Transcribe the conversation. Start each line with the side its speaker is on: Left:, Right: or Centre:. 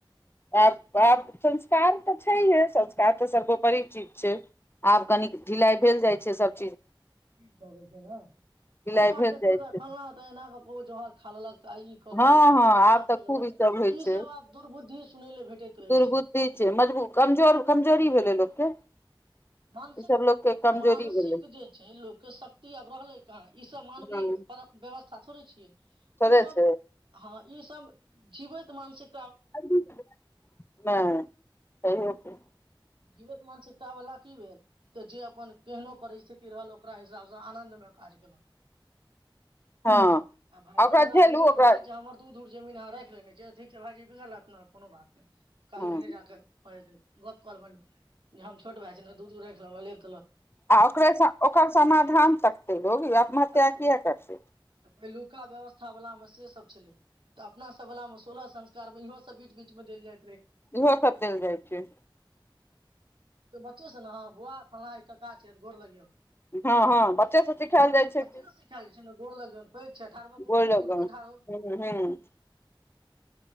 Left: आब आब संस्कार तऽ छहीए संस्कार तऽ सर्वोपरि चीज छै आब कनीक ढिलाए भेल जाइ छै सब।
Right: भऽ गेल छै नै
Left: ढिलाइ
Right: त आब
Left: भेल
Right: देखियौ
Left: जाइ छै
Right: तै फलना तै एहना के ओ जहर खा लेलक त आय ई खोलल
Left: हँ
Right: कै,
Left: हँ
Right: ऐना
Left: आब तऽ
Right: खोलल,
Left: खूब ई सब होइ
Right: ई
Left: छै
Right: सब आब दुर्बुद्धि सुनै ले भेटैत रहै
Left: दुर्बुद्धि
Right: छै।
Left: छै मजबू कमजोर कमजोरी भेलै लोकके।
Right: मानसिक
Left: ई सब लोकके कमजोरी
Right: मानसिक
Left: भेलै
Right: जे छै लोकके शक्ति आब रहलै कहाँ ई सब मानवीय
Left: हँ
Right: परम व्यवस्था थोड़े छीयै।
Left: थोड़े
Right: ई सब
Left: छै
Right: हां ई सब जीबैत त मानसिक
Left: अभी के, नै तहयौके -
Right: जीवित मानसिकता वला की भेल तऽ जे अपन केहनो परिस्थिति रहल ओकरा हिसाबसँ आनन्दमे काज केलक।
Left: हँ
Right: आ भायजी
Left: ओकरा
Right: हमरा
Left: झेलू
Right: बिगड़ देलक
Left: ओकरा
Right: जे हमर दू धुर जमीन अहाँ राएख ठीक छै भायइी बिगलत कोनो बात। काल
Left: हँ
Right: भने जााके। <unintelligible> कोल बन। हम छोट भए छै ने दू दूर खले।
Left: आ ओकरे ओकर समाधान तकतै लोकग आत्महत्या
Right: छै
Left: किए करतै।
Right: तऽ पहिलुका व्यवस्था वला मे से सब छलै तऽ अपना सब वाल में सोलह संस्कार मे इहो सब बीच -बीच मे देल जाय।
Left: इहो सबचल जाइ छै।
Right: तऽ बच्चो छ ने ह बौआ फल्ला कक्का छैऽ गोड़ लगियौ।
Left: हँ- हँ बच्चे सब सिखायल जाइ छै
Right: बच्चे
Left: की
Right: से सिखायल जाइ छै ने गोर लगियौन पैघ छै ठाढ़ भऽ कऽ
Left: बोलो
Right: उठू उठ
Left: ग
Right: के ठाढ़ होउ
Left: ह -ह।